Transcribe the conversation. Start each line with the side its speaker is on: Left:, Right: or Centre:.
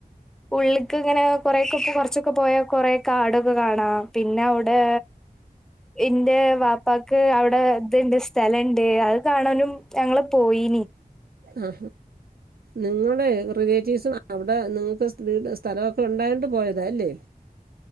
Centre: ഉള്ള്ക്ക്ങ്ങനെ കൊറൊക്കെ ഇ കുറച്ചൊക്കെ പോയാ കൊറേ കാടൊക്കെ കാണാം പിന്നെ അവിടെ ഇന്റെ വാപ്പാക്ക് അവിടെ- ഇണ്ട് സ്ഥലണ്ട് അത് കാണാനും ഞങ്ങള് പോയീനി
Right: ആ നിങ്ങ- മ്മടെ റിലേറ്റീവ്സും അവിടെ നിങ്ങൾ വീടും സ്ഥലമൊക്കെ ഉണ്ടായോണ്ട് പോയത അല്ലേ